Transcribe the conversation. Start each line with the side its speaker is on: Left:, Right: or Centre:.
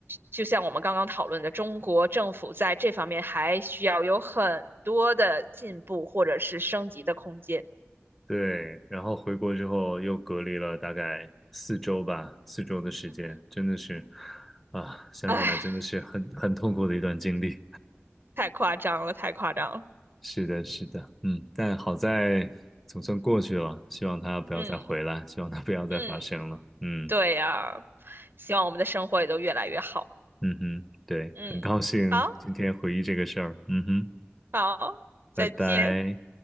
Right: 就像我们刚刚讨论的，中国政府在这方面还需要有很多的进步或者是升级的空间。
Centre: 对，然后回国之后又隔离了大概四周吧，四周的时间，真的是，啊，想起来真的是很很痛苦的一段经历。
Right: 唉，太夸张了，太夸张了。
Centre: <laughs> 是的，是的，嗯，但好在总算过去了，希望它不要再回来，
Right: 嗯
Centre: 希望它不要再发生了。
Right: 嗯，
Centre: 嗯
Right: 对呀，希望我们的生活也都越来越好。
Centre: 嗯哼，对，
Right: 嗯，
Centre: 很高兴今天回忆这个事儿。
Right: 好
Centre: 嗯哼，
Right: 好，再见。
Centre: 拜拜。